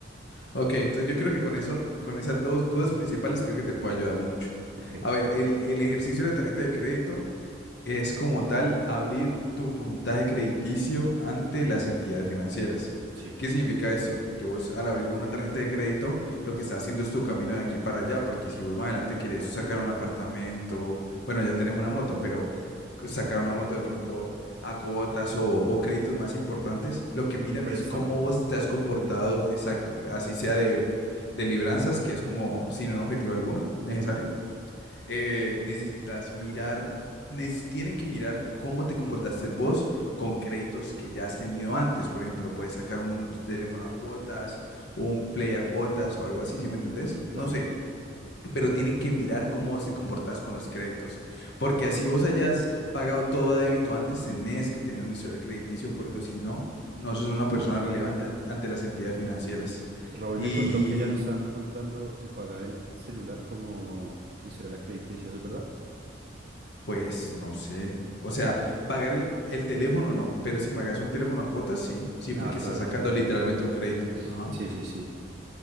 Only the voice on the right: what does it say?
Ok,
sí,
un préstamo.
Ujú,
claro.
Raúl
me contó que ya no están contando el pagar el celular como historial crediticio, ¿eso es verdad?
Ah, claro,
es diferente.
Sí, sí, sí.